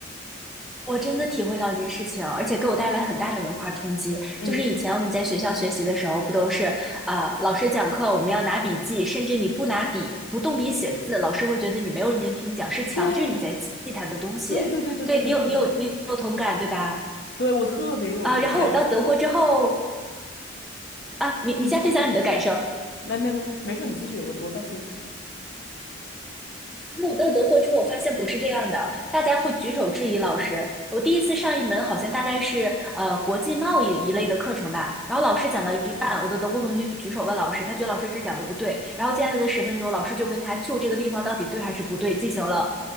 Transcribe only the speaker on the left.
嗯，
对对对对对对对对，
对，我特别有同感。
你继续，没没没，没事，你继续，我我在听。